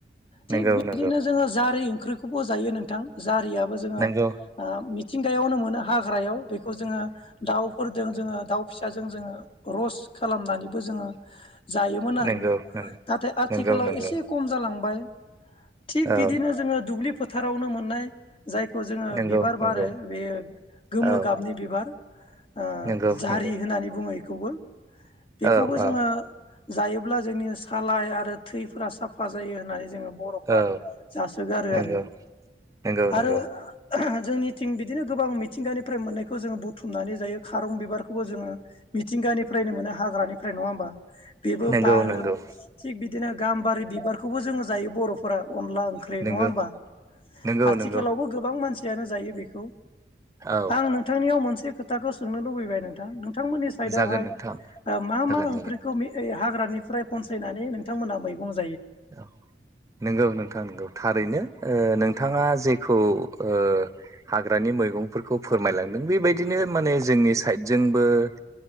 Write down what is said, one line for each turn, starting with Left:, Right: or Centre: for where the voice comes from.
Right: नोंगौ
Left: थिग बिदिनो
Right: नोंगौ
Left: जोङो जारि ओंख्रिखौबो जायो नोंथां जारियाबो जोङो
Right: नोंगौ
Left: ओ मिथिंगायावनो मोनो हाग्रायाव बेखौ जोङो दाउफोरजों जोङो दाउ फिसाजों जोङो रस खालामनानैबो जोङो जायोमोन आरो
Right: नोंगौ
Left: नाथाय आथिखालाव
Right: नोंगौ नोंगौ नोंगौ
Left: एसे खम जालांबाय। थिग
Right: औ
Left: बिदिनो जोङो दुब्लि फोथारावनो मोननाय जायखौ जों
Right: नोंगौ
Left: बिबार
Right: नोंगौ
Left: बारो बे गोमो
Right: औ
Left: गाबनि बिबार ओ
Right: नोंगौ
Left: जारि
Right: नोंगौ
Left: होननानै बुङो इखौबो बेखौबो
Right: औ औ
Left: जोङो जायोब्ला जोंनि सालाय आरो थैफोरा साफा जायो होननानै जोङो बर'फ्रा
Right: औ
Left: जासोगारो
Right: नोंगौ
Left: आरो,
Right: नोंगौ नोंगौ
Left: आरो जोंनिथिं बिदिनो गोबां मिथिंगानिफ्राय मोननायखौ जोङो बुथुमनानै जायो खारं बिबारखौबो जोङो मिथिंगानिफ्रायनो मोनो हाग्रानिफ्राय नङा होमबा बेबो
Right: नोंगौ
Left: बारो
Right: नोंगौ औ
Left: थिग बिदिनो गाम्बारि बिबारखौबो जोङो जायो बर'फोरा अनला ओंख्रि
Right: नोंगौ
Left: नङा होमबा
Right: नोंगौ
Left: आथिखालावबो
Right: नोंगौ
Left: गोबां मानसि यानो जायो बेखौ
Right: औ
Left: आं नोंथांनियाव मोनसे खोथाखौ सोंनो लुबैबाय नोंथां। नोंथांमोननि साइडआवहाय
Right: जागोन नोंथां
Left: ओ मा
Right: जागोन
Left: मा
Right: जागोन
Left: ओंख्रिखौ मि हाग्रानिफ्राय खनसायनानै नोंथांमोना मैगं जा
Right: औ नोंगौ नोंथां नोंगौ थारैनो ओ नोंथाङा जेखौ ओ हाग्रानि मैगंफोरखौ फोरमायलांदों बेबायदिनो माने जोंनि साइडजोंबो ओ